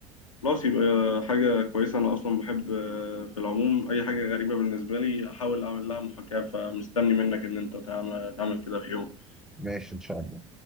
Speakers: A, on the left; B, in the centre.
A: خلاص يبقى حاجة كويسة أنا أصلا بحب آه، في العموم أي حاجة غريبة بالنسبة لي أحاول أعمل لها محاكاة فمستني منك إن أنت تعمل تعمل كده في يوم
B: ماشي ان شاء الله